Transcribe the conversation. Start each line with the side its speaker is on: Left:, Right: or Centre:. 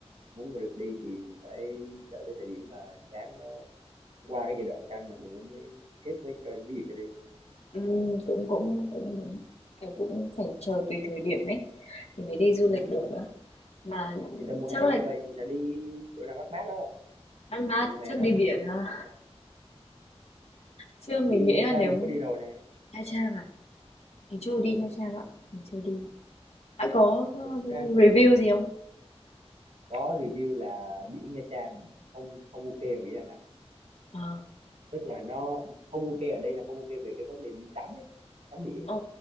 Right: muốn mà được đi thì thì phải đợi cái thời điểm mà dự án nó qua cái giai đoạn căng này thì mới mới xếp mới cho cái gì cho đi
Left: Ừm, cũng cũng cũng đúng, kiểu, cũng phải chờ tùy thời điểm ấy, thì mới đi du lịch được á. Mà
Right: thì tầm mùa
Left: chắc
Right: hè
Left: là
Right: như vậy thì là đi chỗ nào mát mát đó không?
Left: Mát Mát
Right: thì mùa hè
Left: chắc
Right: nóng
Left: đi biển
Right: ở đây
Left: ha?
Right: cũng nóng mà
Left: Chứ mình
Right: biển
Left: nghĩ
Right: Nha
Left: là
Right: Trang
Left: nếu
Right: mình có đi rồi nè
Left: Nha Trang à? Mình chưa đi
Right: ừ
Left: Nha Trang ạ, mình chưa đi. Bạn có
Right: thực ra
Left: review
Right: thì
Left: gì không?
Right: có review là biển Nha Trang này không không ok ở biển Đà Nẵng
Left: Ờ,
Right: tức là nó không ok ở đây là không ok về cái vấn đề đi tắm ấy tắm biển
Left: ờ,
Right: ấy